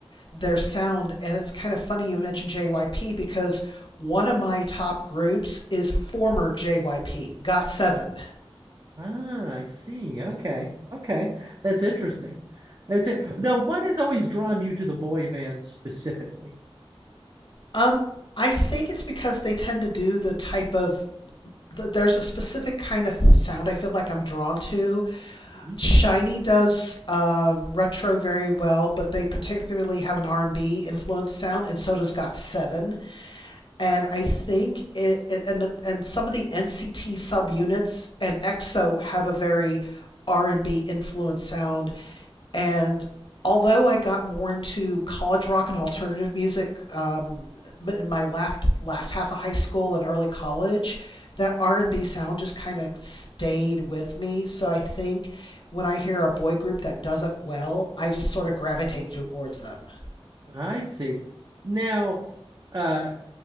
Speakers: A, on the left (about 55°); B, on the right (about 40°).
A: their sound and it's kind of funny you mentioned JYP because one of my top groups is former JYP, Got7.
B: Ah, I see. Okay. Okay. That's interesting. That's it. Now, what has always drawn you to the boy bands specifically?
A: Um, I think it's because they tend to do the type of th- there's a specific kind of sound I feel like I'm drawn to.
B: Mhm.
A: Shiny does um, retro very well, but they particularly have an R&B influenced sound, and so does Got Seven. And I think it, it and and some of the NCT subunits and EXO have a very R&B influenced sound and although I got more into college rock and alternative music um, in my last last half of high school and early college, that R and B sound just kind of stayed with me. So I think when I hear a boy group that does it well, I just sort of gravitate towards them.
B: I see. Now, uh